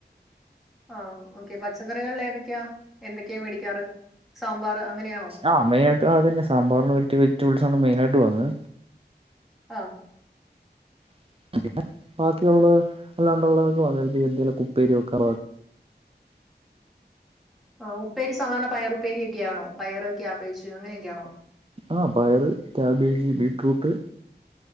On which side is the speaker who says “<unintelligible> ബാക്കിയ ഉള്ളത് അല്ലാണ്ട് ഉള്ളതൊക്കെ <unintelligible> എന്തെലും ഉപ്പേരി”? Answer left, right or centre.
Right